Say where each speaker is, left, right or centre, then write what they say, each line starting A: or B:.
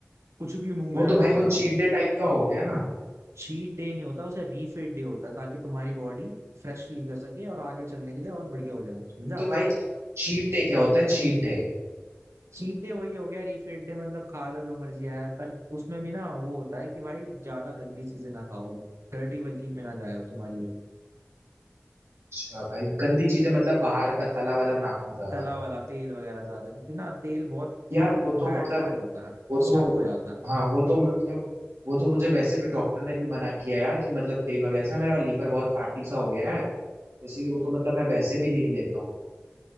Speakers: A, on the right; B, on the right.
A: कुछ भी मुंह
B: वो
A: में आया
B: तो भाई
A: खा
B: वो
A: जाओ
B: चीट डे टाइप का हो गया ना
A: चीट डे नहीं होता उसे रीफीड डे होता है ताकि तुम्हारी बॉडी फ्रेश फील कर सके और आगे चलने के लिए और बढ़िया हो जाए समझा
B: तो भाई चीट डे क्या होता है चीट डे
A: चीट डे वही हो गया रीफीड डे मतलब खा लो जो मर्जी आया पर उसमें भी ना वो होता है कि भाई ज्यादा गंदी चीजें ना खाओ डर्टी बल्किंग में ना जाए तुम्हारी
B: अच्छा भाई गंदी चीजें मतलब बाहर का तला वाला ना खाऊं ज्यादा
A: तला वाला तेल वगैरह ज्यादा क्योंकि ना तेल बहुत
B: यार वो तो
A: बैड
B: मतलब
A: फैट होता है
B: वो तो
A: स्टक हो जाता है
B: हाँ वो तो मतलब वो तो मुझे वैसे भी डॉक्टर ने भी मना किया यार कि मतलब तेल वगैरह से मेरा लीवर बहुत फैटी सा हो गया है तो इसीलिए वो तो मतलब मैं वैसे भी नहीं लेता हूँ